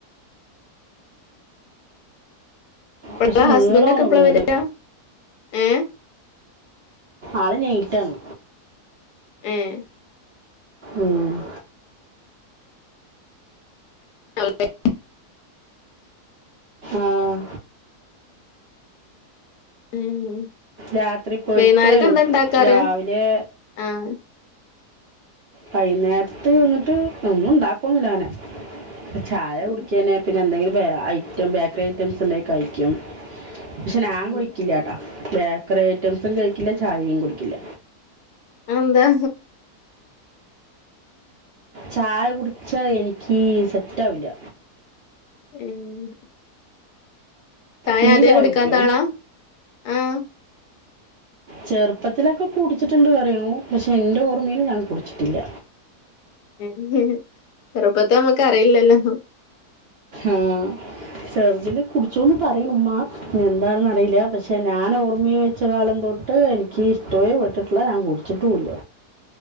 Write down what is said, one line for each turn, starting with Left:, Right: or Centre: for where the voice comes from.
Left: പ്പളാ
Right: പക്ഷെ
Left: ഹസ്ബന്റൊക്കെപ്പളാ
Right: നീളമാണ് വീട്
Left: വരാ? ഏഹ്
Right: ആള് നൈറ്റാണ്.
Left: ഏഹ്
Right: ഉം
Left: <unintelligible>
Right: ആഹ്
Left: ഉം
Right: രാത്രി പോയ്ട്ട്
Left: വൈന്നേരക്ക് എന്താ ഇണ്ടാക്കാറ്
Right: രാവിലേ
Left: ആഹ്
Right: വൈന്നേര്ത്ത് ന്നിട്ട് ഒന്നുണ്ടാക്കൊന്നുല്ലങ്ങനെ ചായ
Left: ഉം
Right: കുടിക്യന്നെ പിന്നെന്തെങ്കിലും ഐറ്റം ബേക്കറി ഐറ്റംസ് ണ്ടെങ്കി കഴിക്കും. ക്ഷെ നാൻ
Left: ഉം
Right: കുഴിക്കില്ലാട്ടാ ബേക്കറി ഐറ്റംസും കഴിക്കില്ല ചായിം കുടിക്കില്ല.
Left: അഅന്താ?
Right: ചായ കുട്ച്ചാ എനിക്ക് സെറ്റാവില്ല.
Left: ഉം ചായ
Right: നീ
Left: ആദ്യേ കുടിക്കാത്താളാ?
Right: കുടിക്കുമോ
Left: ആഹ്
Right: ചെർപ്പത്തിലക്കെ കുടിച്ചിട്ട്ണ്ട് പറയുണു. പക്ഷെ എന്റെ ഓർമീല് ഞാൻ കുട്ച്ചിട്ടില്ല.
Left: <unintelligible> ചെറുപ്പത്തെ നമ്മുക്ക് അറിയില്ലല്ലോ.
Right: ഉം ചെർതില് കുട്ച്ചൂന്ന് പറയണുമ്മ എന്താണെന്നറിയില്ല പക്ഷെ ഞാനോർമ്മ്യ വെച്ച കാലം തൊട്ട് എനിക്ക് ഇഷ്ട്യോ പെട്ടെട്ട്ല്ല ഞാൻ കുട് ച്ട്ടൂല്ല.